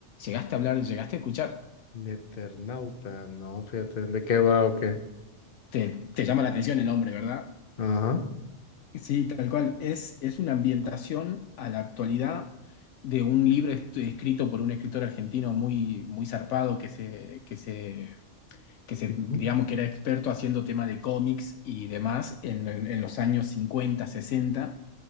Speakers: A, on the left; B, on the left.
A: ¿Llegaste a hablar, llegaste a escuchar?
B: Neternauta, no, fíjate, ¿de qué va o qué?
A: Te, te llama la atención el nombre, ¿verdad?
B: Ajá.
A: Sí, tal cual. Es, es una ambientación a la actualidad de un libro est- escrito por un escritor argentino muy, muy zarpado que se, que se, que se,
B: Ujú,
A: digamos que era experto haciendo tema de cómics y demás en, en- en los años 50 60